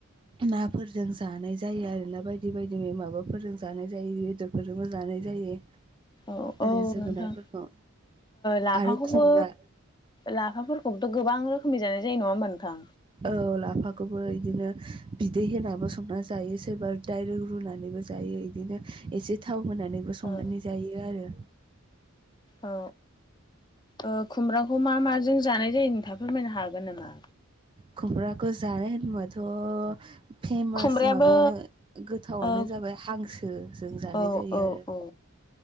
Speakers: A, on the right; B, on the left.
A: नाफोरजों जानाय जायो आरोना बायदि बायदि माबाफोरजों जानाय जायो बेदरफोरजोंबो जानाय जायो
B: औ औ
A: आरो जोगोनारफोरखौ
B: नोंथां लाफाखौबो
A: आरो खुमब्रा
B: लाफाफोरखौबोथ' गोबां रोखोमनि जानाय जे नङा नोंथां
A: औ लाफाखौबो बिदिनो बिदै होनाबो संनानै जायो सोरबा दडाइरेक रुनानैबो जायो इदिनो एसे थाव होनानैबो संनानै
B: ओं
A: जायो आरो
B: औ औ खुमब्राखौ मा माजों जानाय जायो नोंथाङा फोरमायनो हागोन नामा?
A: खुमब्राखौ जानाय होनबाथ' फेमास
B: खुमब्रायाबो
A: माबायानो गोथावानो
B: ओ
A: जाबाय हांसो जों जानाय
B: औ
A: जायो
B: औ
A: आरो
B: औ